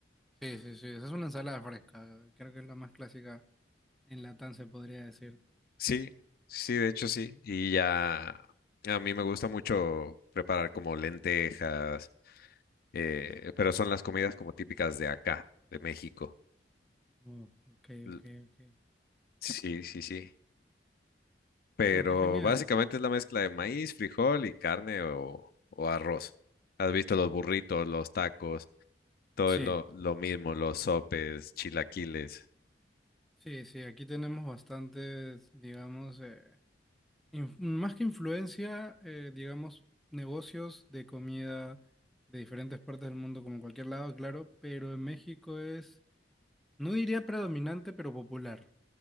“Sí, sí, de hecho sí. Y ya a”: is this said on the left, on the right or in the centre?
Left